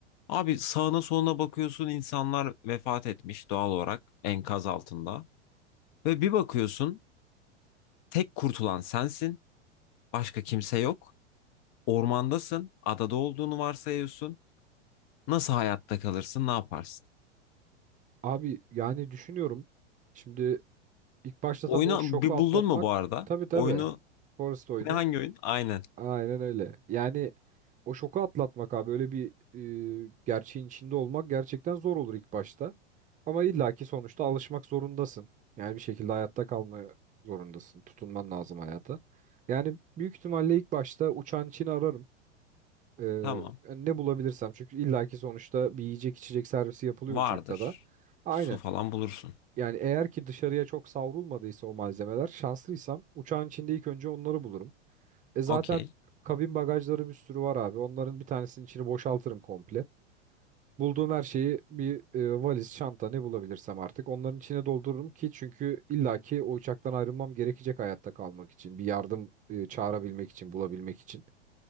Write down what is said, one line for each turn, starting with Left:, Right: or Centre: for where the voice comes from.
Left: Abi sağına soluna bakıyorsun insanlar vefat etmiş doğal olarak enkaz altında. Ve bir bakıyorsun Tek kurtulan sensin. Başka kimse yok. Ormandasın. Adada olduğunu varsayıyorsun. Nasıl hayatta kalırsın? Ne yaparsın?
Right: Abi yani düşünüyorum. Şimdi ilk başta
Left: Oyunu
Right: tabii o şoku
Left: bir
Right: atlatmak.
Left: buldun mu bu arada?
Right: Tabii tabii.
Left: Oyunu
Right: Forest oyunu.
Left: ne hangi oyun? Aynen.
Right: Aynen öyle. Yani o şoku atlatmak abi. Öyle bir e, gerçeğin içinde olmak gerçekten zor olur ilk başta. Ama illaki sonuçta alışmak zorundasın. Yani bir şekilde hayatta kalmaya zorundasın. Tutunman lazım hayata. Yani büyük ihtimalle ilk başta uçan için ararım. Ee,
Left: Tamam.
Right: yani ne bulabilirsem çünkü illaki sonuçta bir yiyecek içecek servisi yapılıyor
Left: Vardır.
Right: uçakta da. Aynen.
Left: Su falan bulursun.
Right: Yani eğer ki dışarıya çok savrulmadıysa o malzemeler şanslıysam uçağın içinde ilk önce onları bulurum. E zaten
Left: Okey.
Right: kabin bagajları bir sürü var abi. Onların bir tanesinin içini boşaltırım komple. Bulduğum her şeyi bir e, valiz, çanta ne bulabilirsem artık onların içine doldururum ki çünkü illaki o uçaktan ayrılmam gerekecek hayatta kalmak için. Bir yardım e, çağırabilmek için, bulabilmek için.